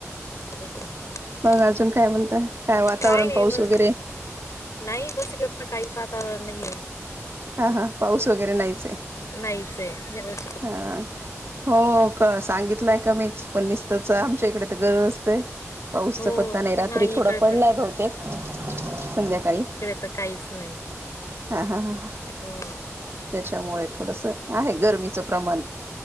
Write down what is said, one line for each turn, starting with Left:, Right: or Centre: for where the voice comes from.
Left: <inaudible>
Right: मग अजून काय म्हणता? वातावरण
Left: काय नाही
Right: पाऊस
Left: बस
Right: वगैरे
Left: नाही बस काहीच वातावरण नाही आहेे.
Right: हा हा, पाऊस वगैरे नाहीयच आहे.
Left: नाहीच आहे ह्या वेळेस.
Right: हा, हो का सांगितलंय का मीच पण निसतच आमच्या इकडे तर गरज असते. पाऊसचा
Left: हो
Right: पत्ता नाही रात्री थोडा
Left: इकडे
Right: पडलाय
Left: तर
Right: बहुतेक संध्याकाळी.
Left: आता काहीच नाही.
Right: हा हा हा हा,
Left: हो.
Right: त्याच्यामुळे थोडस आहे गरमीचं प्रमाण.